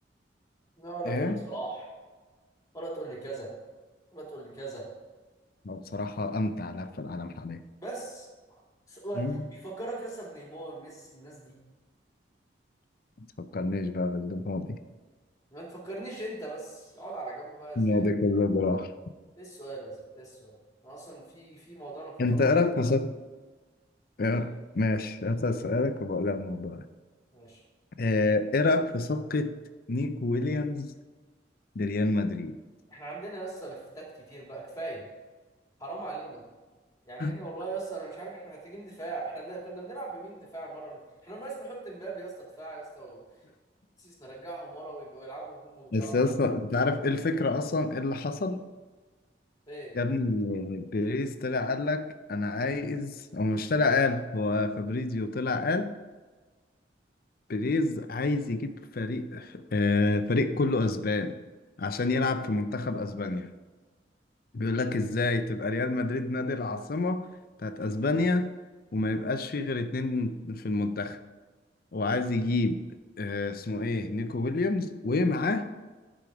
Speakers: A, on the left; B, on the left.
A: لا ولا
B: ايه
A: تقول لي صلاح ولا تقول لي كذا ولا تقول لي كذا
B: هو بصراحه امتع لاعب في العالم حاليا
A: بس س- هو
B: أمم.
A: بيفكرك يا اسطى بنيمار ميسي الناس دي
B: ما تفكرنيش بقى بالماضي
A: ما تفكرنيش انت بس اقعد على جنب بقى يا زياد
B: الماضي كله براح
A: ايه السؤال يا زلمه ايه السؤال انا اصلا في في موضوع انا كنت
B: انت
A: هقول
B: ايه
A: لك
B: رايك
A: فيه.
B: في صف- إيه؟
A: إيه؟
B: ماشي هسأل سؤالك وبقول لك الموضوع
A: ماشي
B: آه، ايه رأيك في صفقة نيكو ويليامز لريال مدريد
A: احنا عندنا لسه لفتات كتير بقى كفايه حرام علينا يعني
B: <laughs>
A: احنا والله يا اسطى انا مش عارف احنا محتاجين دفاع احنا بن- كنا بنلعب بمين دفاع المره اللي فاتت احنا ناقص نحط مبابي يا اسطى دفاع يا اسطى وسيس نرجعهم ورا ويبقوا يلعبوا هجوم ودفاع
B: بس
A: براحتهم
B: اصلا انت عارف ايه الفكرة اصلا ايه اللي حصل
A: ايه
B: يا ابني بيريز طلع قال لك انا عايز او مش طلع قال هو فابريزيو طلع قال بيريز عايز يجيب فريق آه، فريق كله اسبان عشان يلعب في منتخب اسبانيا بيقول لك ازاي تبقى ريال مدريد نادي العاصمة بتاعت اسبانيا وما يبقاش فيه غير اتنين في المنتخب وعايز يجيب آه، اسمه ايه نيكو ويليامز ومعاه